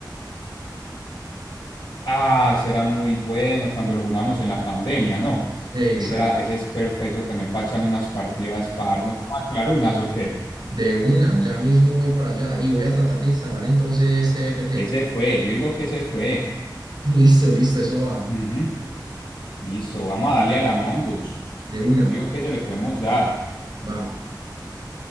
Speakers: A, on the left (about 90°); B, on the right (about 65°).
A: Ah, ese era muy bueno cuando lo jugamos en la pandemia, ¿no?
B: Exacto.
A: Ese era, ese es perfecto también para echar unas partidas par. ¿No vamos a echar unas o qué?
B: De una, ya mismo voy para allá y voy a tratar de instalar entonces T F T
A: Ese fue, yo digo que ese fue.
B: <laughs> Listo, listo, eso va.
A: Ujú. Listo, vamos a darle a la Mongoose.
B: De una,
A: Yo digo que se le podemos dar.
B: va.